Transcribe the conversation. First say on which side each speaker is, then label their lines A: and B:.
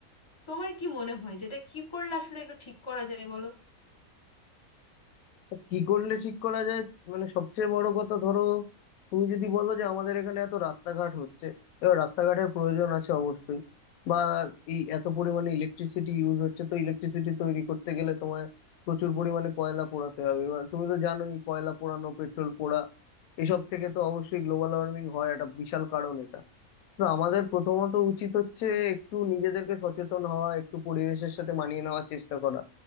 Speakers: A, on the left; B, on the left.
A: তোমার কি মনে হয় যেটা কি করলে আসলে এগুলো ঠিক করা যায় বলো
B: তা কি করলে ঠিক করা যায় মানে সবচেয়ে বড় কথা ধরো তুমি যদি বলো যে আমাদের এখানে এত রাস্তাঘাট হচ্ছে এবার রাস্তাঘাটের প্রয়োজন আছে অবশ্যই বা এই এত পরিমাণে ইলেকট্রিসিটি ইউজ হচ্ছে তো ইলেকট্রিসিটি তৈরি করতে গেলে তোমায় প্রচুর পরিমাণে কয়লা পোড়াতে হবে এবার তুমি তো জানোই কয়লা পোড়ানো পেট্রোল পোড়া এসব থেকে তো অবশ্যই গ্লোবাল ওয়ার্মিং হয় একটা বিশাল কারণ এটা তো আমাদের প্রথমত উচিত হচ্ছে একটু নিজেদেরকে সচেতন হওয়া একটু পরিবেশের সাথে মানিয়ে নেওয়ার চেষ্টা করা